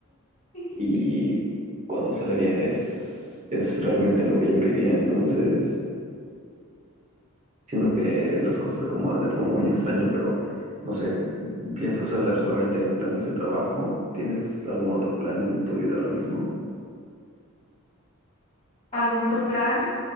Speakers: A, on the left; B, on the right.
A: <laughs>
B: y cuando sale bien es, es realmente lo que yo quería. Entonces, siento que las cosas se acomodan de forma muy extraña, pero no sé, ¿piensas hablar solamente de planes del trabajo? ¿Tienes algún otro plan en tu vida ahora mismo?
A: ¿Algún otro plan?